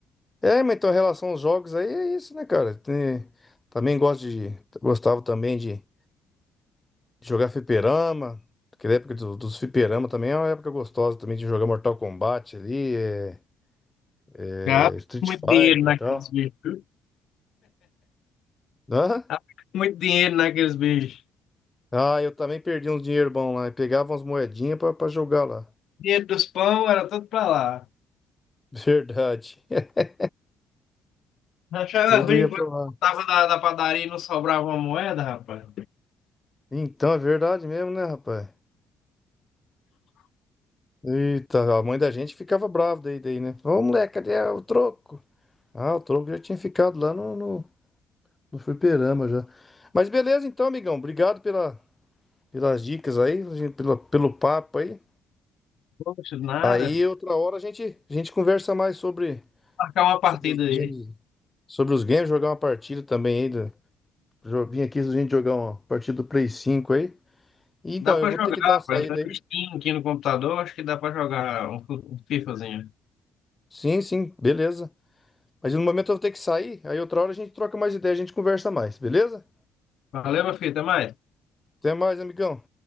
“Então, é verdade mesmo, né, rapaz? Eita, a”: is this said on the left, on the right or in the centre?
Left